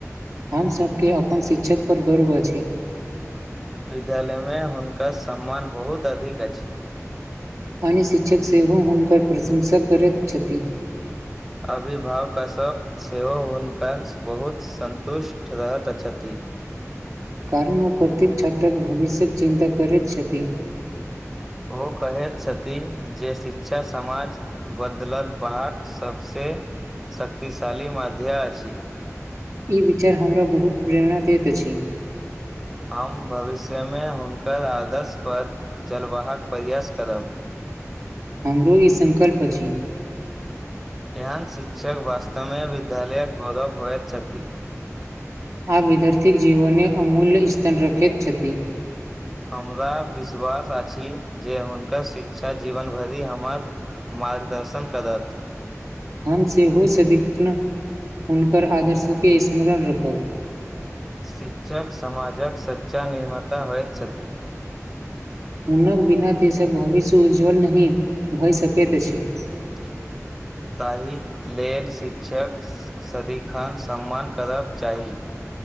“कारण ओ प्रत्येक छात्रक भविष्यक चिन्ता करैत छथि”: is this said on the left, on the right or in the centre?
Right